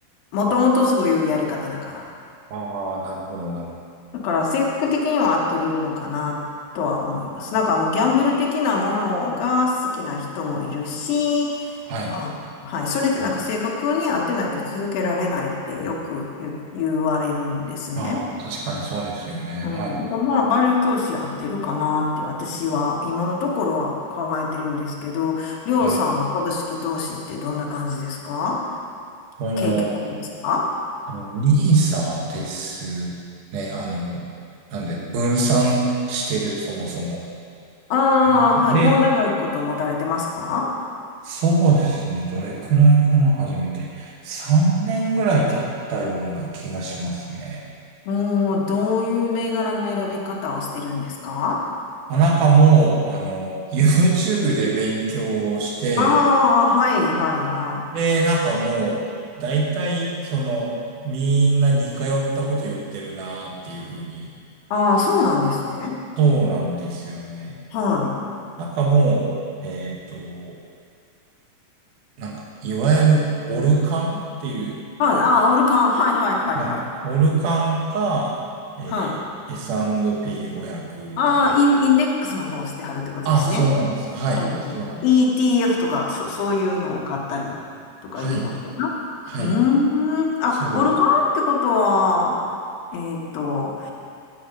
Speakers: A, on the left (about 85°); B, on the right (about 70°).
A: もともとそういうやり方だから。
B: ああー、なるほど、なるほど。
A: だから性格的には合ってるのかなとは思います。なんかあの、ギャンブル的なものが好きな人もいるし、
B: はい。
A: あ、はい。それでなんか正確に合ってないと続けられないってよく言、言われるんですね。
B: ああ、確かにそうですよね。
A: う
B: はい。
A: ん。まあ、バリュー投資合ってるかなって私は今のところは考えてるんですけど、りょうさんは株式投資ってどんな感じですか
B: え、この、
A: 経験ありますか
B: あの、ニーサですね。あの、なんで、分散してる、そもそも。
A: ああー、
B: ニーサで、
A: はい。もう長いこと持たれてますか
B: そうですね。どれくらいかな、初めて。3年ぐらい経ったような気がしますね。
A: もう、どういう銘柄の選び方をしてるんですか
B: あなんかもう、あの、YouTube で勉強をして、
A: ああー、はい、はい、はい。
B: で、なんかもう、大体、その、みんな似通ったこと言ってるなーっていう風に。
A: ああ、そうなんですね。
B: そうなんですよね。
A: はい。
B: なんかもう、えっと、なんか、いわゆる、オルカンっていう、
A: はい。ああ、オルカン。はいはいはいはい。
B: はい。オルカンか、えー
A: はい。
B: S&P500 みたいな。
A: ああ、イン、インデックスの方をしてはるってことですね。
B: あ、そうなんです。はい。
A: はい。はい
B: そうなんです。
A: ETF とか、そ、そういうのを買ったりとかいうことかな。
B: はい。はい。
A: うーん。あ、
B: そうです。
A: オルカンってことは、えっと、